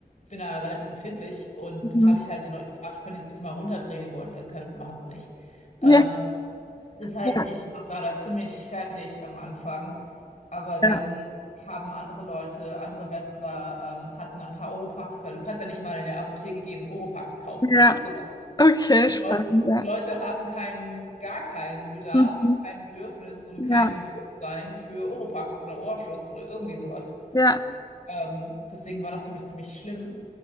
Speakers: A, on the left (about 50°); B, on the left (about 25°).
A: bin da relativ empfindlich und
B: Mhm.
A: dann habe ich halt den Leuten gefragt, können die das bitte mal runterdrehen? Die wollen, äh, können, machen sie nicht. Ähm,
B: Ja,
A: das heißt,
B: ja,
A: ich war da ziemlich fertig am Anfang, aber dann
B: ja.
A: haben andere Leute, andere Westler, ähm, hatten ein paar Oropax, weil du kannst ja nicht mal in der Apotheke gehen und Oropax kaufen.
B: Ja.
A: Es gibt sowas.
B: Okay,
A: Die
B: spannend.
A: Leute,
B: Ja.
A: die Leute haben keinen, gar keinen Bedarf,
B: Mhm.
A: kein Bedürfnis und
B: Ja,
A: kein Bewusstsein für Oropax oder Ohrschutz oder irgendwie sowas.
B: ja,
A: Ähm, deswegen war das für mich ziemlich schlimm.